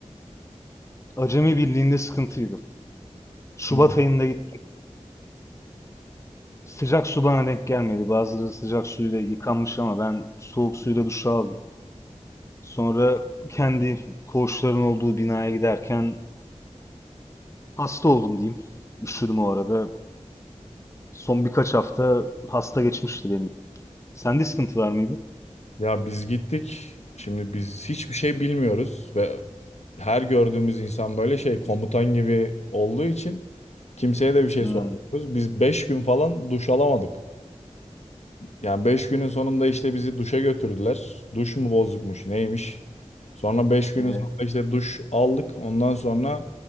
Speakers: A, on the left; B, on the left.
A: Acemi birliğinde sıkıntıydı. Şubat
B: Hı.
A: ayında gittim. Sıcak su bana denk gelmedi. Bazıları sıcak suyla yıkanmış ama ben soğuk suyla duş aldım. Sonra kendi koğuşların olduğu binaya giderken hasta oldum diyeyim. Üşüdüm o arada. Son birkaç hafta hasta geçmişti benim. Sende sıkıntı var mıydı?
B: Ya biz gittik. Şimdi biz hiçbir şey bilmiyoruz ve her gördüğümüz insan böyle şey komutan gibi olduğu için kimseye de bir şey
A: Hmm,
B: sormuyoruz. Biz 5 gün falan duş alamadık. Yani 5 günün sonunda işte bizi duşa götürdüler. Duş mu bozukmuş neymiş. Sonra beş günün
A: evet.
B: sonunda işte duş aldık. Ondan sonra